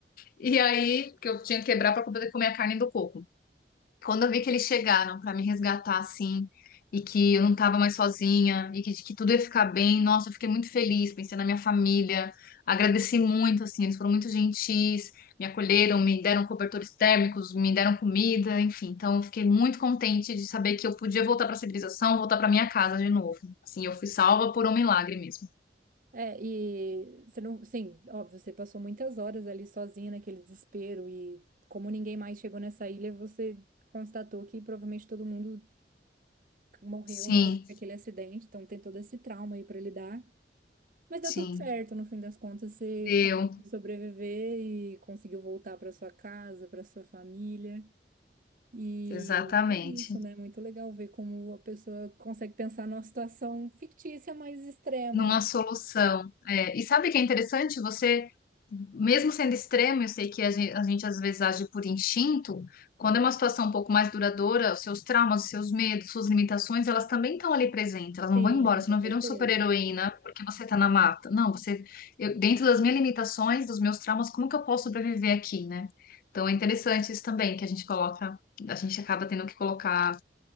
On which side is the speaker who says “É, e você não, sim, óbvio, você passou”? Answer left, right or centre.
Right